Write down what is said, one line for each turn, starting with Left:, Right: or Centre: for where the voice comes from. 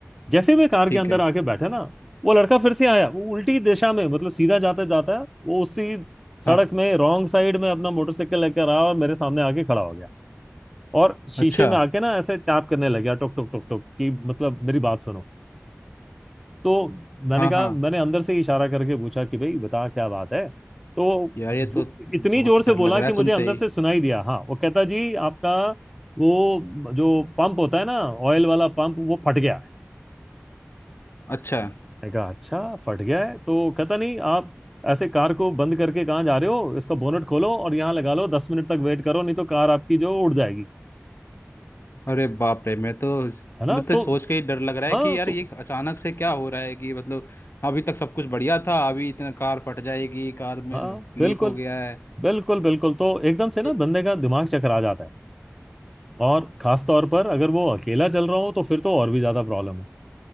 Centre: जैसे ही मैं कार
Left: ठीक
Centre: के अंदर
Left: है
Centre: आके बैठा ना वो लड़का फिर से आया वो उल्टी दिशा में मतलब सीधा जाता जाता वो उसी
Left: हाँ
Centre: सड़क में रॉन्ग साइड में अपना मोटरसाइकिल लेकर आया और मेरे सामने आके खड़ा हो गया और शीशे
Left: अच्छा
Centre: में आके ना ऐसे टैप करने लग गया टुक टुक टुक टुक कि मतलब मेरी बात सुनो तो मैंने
Left: हाँ
Centre: कहा
Left: हाँ
Centre: मैंने अंदर से ही इशारा करके पूछा कि भाई बता क्या बात है तो
Left: यार
Centre: जो-
Left: ये तो
Centre: इतनी
Left: बहुत
Centre: जोर
Left: डर
Centre: से बोला
Left: लग रहा
Centre: कि
Left: है सुनते
Centre: मुझे अंदर
Left: ही
Centre: से सुनाई दिया हाँ वो कहता जी आपका वो जो पंप होता है ना ऑयल वाला पंप वो फट गया है
Left: अच्छा
Centre: मैंने कहा अच्छा फट गया है तो कहता नहीं आप ऐसे कार को बंद करके कहाँ जा रहे हो इसका बोनट खोलो और यहाँ लगा लो दस मिनट तक वेट करो नहीं तो कार आपकी जो उड़ जाएगी
Left: अरे बाप रे मैं तो
Centre: है ना
Left: मतलब
Centre: तो
Left: सोच के ही डर लग रहा है
Centre: हाँ
Left: कि यार
Centre: तो
Left: ये अचानक से क्या हो रहा है कि मतलब अभी तक सब कुछ बढ़िया था अभी इतना कार फट जाएगी कार
Centre: हाँ
Left: में लीक
Centre: बिल्कुल
Left: हो गया है
Centre: बिल्कुल बिल्कुल तो एकदम से ना
Left: ये-
Centre: बंदे का दिमाग चकरा जाता है और खास तौर पर अगर वो अकेला चल रहा हो तो फिर तो और भी ज्यादा प्रॉब्लम है